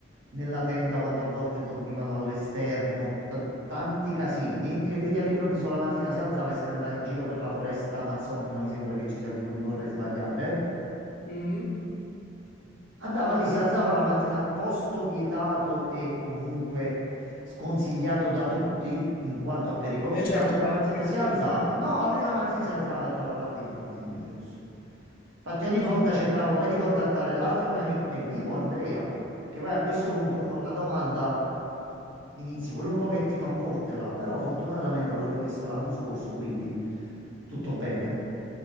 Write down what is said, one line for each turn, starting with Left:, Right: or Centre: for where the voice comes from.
Right: nella tenda quando a volte dormivano all'esterno, t- tanti casini. E lui che all'improvviso la mattina si alzava e se ne andava in giro per la foresta amazzonica, mi sembra che ci sia lì, non mi vorrei sbagliare.
Left: Mm.
Right: Andava lì, si alzava la mattina, posto vietato e comunque sconsigliato da tutti in quanto a pericolosità.
Left: Beh, certo,
Right: Lui la
Left: perché
Right: mattina si
Left: comunque
Right: alzava, no, lui la mattina si alzava e andava là dentro come se niente fosse. Infatti, ogni volta
Left: non mi
Right: cercavo poi di contattare l'altro mio amico, è vivo Andrea? Perché poi a questo punto uno la domanda inizi pure un pochettino a portela, però fortunatamente l'ho rivisto l'anno scorso, quindi tutto bene.